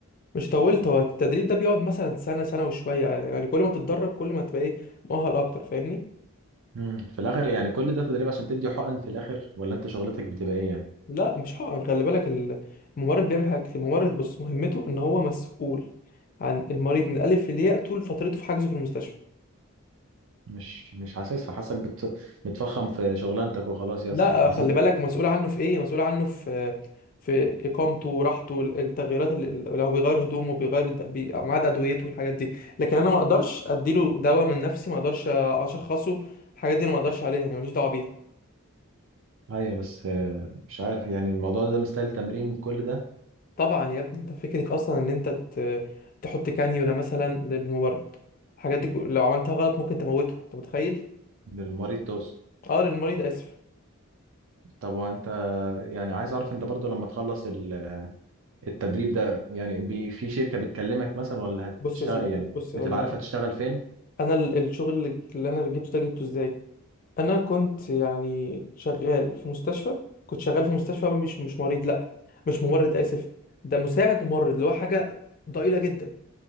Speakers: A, on the left; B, on the right.
A: مش طولت هو التدريب ده بيقعد مثلا سنه سنه وشويه يعني يعني كل ما تتدرب كل ما تبقى ايه مؤهل اكتر فاهمني
B: امم في الاخر يعني كل ده تدريب عشان تدي حقن في الاخر ولا انت شغلتك بتبقى ايه يعني
A: لا مش حقن خلي بالك ال- الممرض بيعمل حاجة كتير الممرض بص مهمته ان هو مسؤول عن المريض من الالف للياء طول فترته في حجزه في المستشفى
B: مش مش حاسسها حاسسك بت... بتفخم في شغلانتك وخلاص يا
A: لا
B: اسطى حاسس
A: خلي بالك مسؤول عنه في ايه مسؤول عنه في في اقامته راحته ال- التغييرات اللي لو بيغير هدومه بيغير الد- بي- ميعاد ادويته والحاجات دي لكن انا ما اقدرش اديله دواء من نفسي ما اقدرش اشخصه الحاجات دي انا ما اقدرش عليها انا ماليش دعوه بيها
B: ايوه بس آه، مش عارف يعني الموضوع ده مستاهل تمرين كل ده
A: طبعا يا ابني ده فكره اصلا ان انت ت- تحط كانيولا مثلا للممرض الحاجات دي كو- لو عملتها غلط ممكن تموته انت متخيل
B: للمريض تقصد
A: اه للمريض اسف
B: طب هو انت يعني عايز اعرف انت برضو لما تخلص ال- التدريب ده يعني بي... في شركة بتكلمك مثلا ولا
A: بص
B: هتشتغل
A: يا سيدي
B: يعني
A: بص
B: بتبقى
A: اقول لك
B: عارف
A: على حاجة.
B: هتشتغل فين
A: انا ال- الشغل اللي اللي انا جبته ده جبته ازاي انا كنت يعني شغال في مستشفى كنت شغال في مستشفى مش مش مريض لا مش ممرض اسف ده مساعد ممرض اللي هو حاجه ضئيله جدا